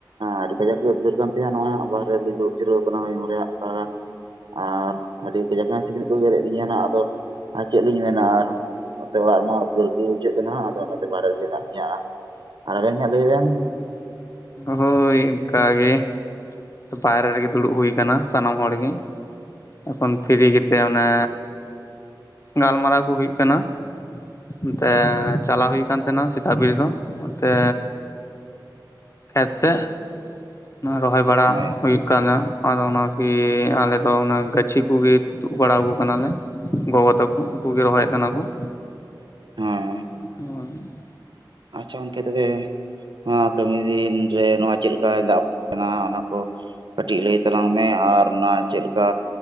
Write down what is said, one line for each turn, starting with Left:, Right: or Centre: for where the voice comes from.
Right: ᱟᱹᱰᱤ ᱠᱟᱡᱟᱠ ᱜᱮ ᱩᱫᱽᱜᱟᱹᱨ ᱠᱟᱱ ᱛᱟᱦᱮᱸᱟᱦᱮᱱᱟ ᱱᱚᱣᱟ ᱵᱟᱨᱨᱮ ᱨᱮᱤᱧ ᱫᱩᱵ ᱡᱟᱹᱨᱣ ᱠᱟᱱᱟ ᱦᱚᱭᱩᱝ ᱨᱮᱟᱸ ᱛᱷᱚᱲᱟ ᱜᱟᱱ ᱟᱨ ᱟᱹᱰᱤ ᱠᱟᱡᱟᱠ ᱥᱤᱠᱲᱤᱡ ᱠᱚ ᱜᱮᱨᱮᱫ ᱟᱹᱞᱤᱧᱟ ᱦᱟᱸᱜ ᱟᱫᱚ ᱪᱮᱫ ᱞᱤᱧ ᱢᱮᱱᱟ ᱟᱨ ᱚᱱᱛᱮ ᱚᱲᱟᱜ ᱨᱮᱢᱟ ᱩᱫᱽᱜᱟ. ᱨ ᱜᱮ ᱵᱩᱡᱷᱟᱹᱜ ᱠᱟᱱᱟ ᱦᱟᱸ ᱟᱫᱚ ᱚᱱᱟᱛᱮ ᱵᱟᱦᱮᱨ ᱨᱮᱜᱮ ᱢᱮᱱᱟᱜ ᱞᱤᱧᱟ ᱾ ᱟᱨ ᱟᱵᱮᱱ ᱜᱮ ᱦᱟᱸ ᱞᱟᱹᱭ ᱵᱮᱱ?
Left: ᱦᱳ ᱤᱱᱠᱟᱹ ᱜᱮ ᱾ ᱵᱟᱭᱨᱮ ᱨᱮᱜᱮ ᱫᱩᱲᱩᱵ ᱦᱩᱭᱩ ᱟᱠᱟᱱᱟ ᱥᱟᱱᱟᱢ ᱦᱚᱲ ᱜᱮ ᱾ ᱮᱠᱷᱚᱱ ᱯᱷᱨᱤ ᱜᱮᱛᱮ ᱚᱱᱟ ᱜᱟᱞᱢᱟᱨᱟᱣ ᱠᱚ ᱦᱩᱭᱩᱜ ᱠᱟᱱᱟ ᱾ ᱚᱱᱛᱮ ᱪᱟᱞᱟᱣ ᱦᱩᱭ ᱠᱟᱱ ᱛᱟᱦᱮᱸᱜ-ᱟ ᱥᱮᱛᱟᱜ ᱵᱮᱲ ᱫᱚ, ᱚᱱᱛᱮ ᱟᱪᱪᱷᱟ <inaudible> ᱨᱚᱦᱚᱭ ᱵᱟ
Right: <inaudible>
Left: ᱦᱩᱭᱩᱜ ᱠᱟᱱᱟ, ᱟᱫᱚ ᱚᱱᱟᱱᱟᱜᱤ ᱟᱞᱮ ᱫᱚ ᱚᱱᱟ ᱜᱟᱪᱷᱤ ᱠᱚᱜᱮ ᱛᱩᱫ ᱵᱟᱲᱟ ᱠᱚ ᱠᱟᱱᱟᱞᱮ᱾ ᱜᱚᱜᱚ ᱛᱟᱠᱚ ᱩᱱᱠᱩ ᱜᱮ ᱨᱚᱦᱚᱭᱮᱫ ᱠᱟᱱᱟ ᱠᱚ ᱾
Right: ᱦᱮᱸ
Left: <inaudible>
Right: ᱟᱪᱪᱷᱟ ᱜᱚᱝᱠᱮ ᱛᱚᱵᱮ ᱱᱚᱣᱟ ᱠᱟᱹᱢᱤ ᱫᱤᱱ ᱨᱮ ᱱᱚᱣᱟ ᱪᱮᱫᱞᱠ ᱫᱟᱜ ᱠᱟᱱᱟ ᱚᱱᱟ ᱠᱚ ᱠᱟᱹᱴᱤᱡ ᱞᱟᱹᱭ ᱛᱟᱞᱟᱝ ᱢᱮ ᱟᱨ ᱚᱱᱟ ᱪᱮᱫᱠᱟ